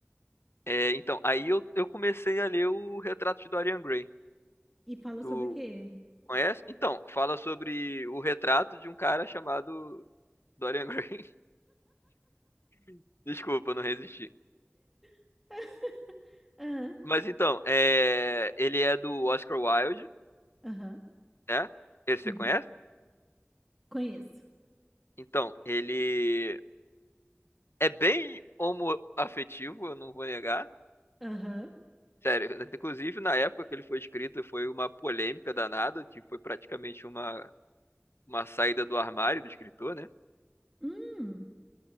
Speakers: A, on the left; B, in the centre.
A: É, então, aí eu, eu comecei a ler o Retrato de Dorian Gray.
B: E fala
A: Tu
B: sobre o quê?
A: conhece? Então, fala sobre o retrato de um cara chamado Dorian Gray. <laughs> Desculpa, eu não resisti.
B: <laughs> Aham,
A: Mas então, é, ele é do Oscar Wilde,
B: aham,
A: né? Esse
B: uhum.
A: você conhece?
B: Conheço.
A: Então, ele é bem homoafetivo, eu não vou negar.
B: Aham.
A: Sério, <laughs> inclusive na época que ele foi escrito foi uma polêmica danada, que foi praticamente uma, uma saída do armário do escritor, né?
B: Hum,